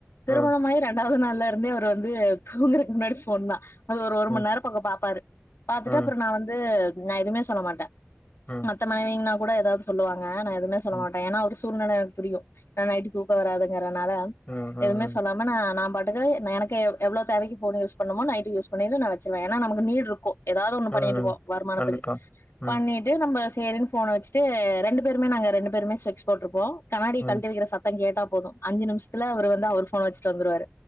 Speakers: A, on the left; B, on the left.
A: திருமணமாயி
B: ம்.
A: ரெண்டாவது நாள் ல்லருந்தே அவர் வந்து தூங்குறக்கு முன்னாடி ஃபோன் தா அது ஒரு
B: ம்.
A: மண்நேரம்
B: ம்.
A: பக்கம் பாப்பாரு பாத்துட்டு
B: ம்.
A: அப்ற நா வந்து நா எதுவுமே சொல்ல மாட்ட
B: ம்.
A: மத்த மனைவிங்னா கூட எதாவது சொல்லுவாங்க நா எதுமே சொல்ல
B: ம்.
A: மாட்ட ஏனா அவுரு சூழ்நிலை எனக்கு புரியும் ஏன்னா நைட்டு் தூக்க வராதுங்கறனால
B: ம்.
A: எதுவுமே
B: ம்
A: சொல்லாம நா நான் பா எனக்கு எவ்வளவு தேவைக்கு போன் யூஸ் பண்ணமோ நைட் யூஸ் பண்ணி நான் வச்சுருவேன் ஏன்னா நமக்கு நீட் இருக்கும் ஏதாவது ஒண்ணு
B: ம்,
A: பண்ணிட்டு
B: ம்.
A: இருப்போம் வருமானத்துக்கு
B: கண்டிப்பா. ம்,
A: பண்ணிட்டு நம்ம சரின்னு போன வச்சுட்டு ரெண்டு பேருமே நாங்க ரெண்டு பேருமே ஸ்பெக்ஸ் போட்டுருப்போம் கண்ணாடிய
B: ம்,
A: கழட்டிவைக்கிற சத்தம் கேட்டா போதும் அஞ்சு நிமிசம் இல்ல அவரு வந்து அவர் போன வச்சுட்டு வந்துருவாரு